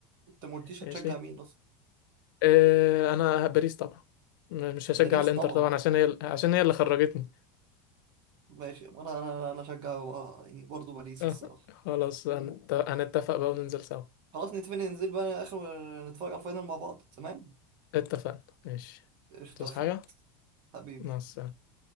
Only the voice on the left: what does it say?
ماشي
أه... انا باريس طبعا م- مش هشجع
الانتر
طبعا عشان هي عشان هي اللي خرجتني
أه.
خلاص هنت... هنتفق بقى وننزل سوا
اتفقنا ماشي
تصحى
حاجة
مع السلامة